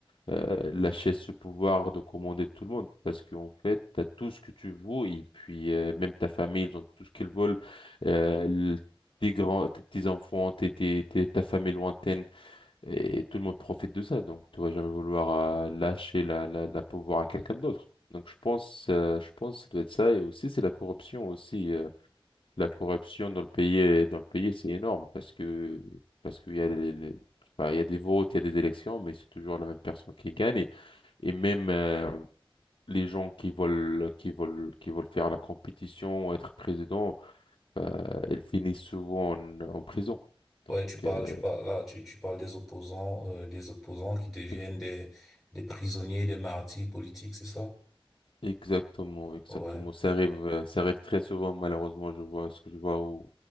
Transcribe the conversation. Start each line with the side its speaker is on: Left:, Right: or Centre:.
Left: euh, lâcher ce pouvoir de commander tout le monde parce qu'en fait, tu as tout ce que tu veux et puis euh, même ta famille, ils ont tout ce qu'ils veulent. Euh, le- tes grands, tes petits-enfants, tes, tes, tes- ta famille lointaine et tout le monde profite de ça. Donc, tu vas jamais vouloir euh, lâcher la, la, la pouvoir à quelqu'un d'autre. Donc, je pense, euh, je pense que ça doit être ça. Et aussi, c'est la corruption aussi. euh, la corruption dans le pays, dans le pays, c'est énorme parce que, parce qu'il y a les, les- je sais pas, il y a des votes, il y a des élections, mais c'est toujours la même personne qui gagne. Et même euh, les gens qui veulent, qui veulent, qui veulent faire la compétition, être président, bah, ils finissent souvent en, en prison. Donc,
Centre: Ouais, tu parles,
Left: euh,
Centre: tu parles, là, tu, tu parles des opposants, euh, des opposants qui deviennent
Left: e-
Centre: des, des prisonniers, des martyrs politiques, c'est ça?
Left: exactement, exactement.
Centre: Ouais.
Left: Ça arrive, euh, ça arrive très souvent, malheureusement. Je vois ce que je vois au,